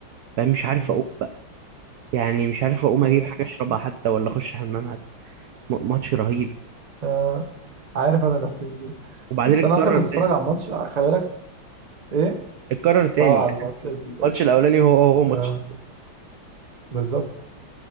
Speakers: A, on the right; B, on the right.
A: يعني مش عارف
B: مم.
A: أقوم بقى يعني مش عارف أقوم
B: آه.
A: أجيب حاجة أشربها حتى ولا أخش حمام حتى م- ماتش رهيب
B: آه. عارف انا الاحساس ده
A: وبعدين
B: بس
A: اتكرر
B: انا اصلا كنت
A: تاني
B: اتفرج على الماتش خلي بالك ايه
A: اتكرر تاني
B: اه
A: يعني
B: على الماتش ال-
A: الماتش الأولاني هو هو ماتش
B: آه. بالظبط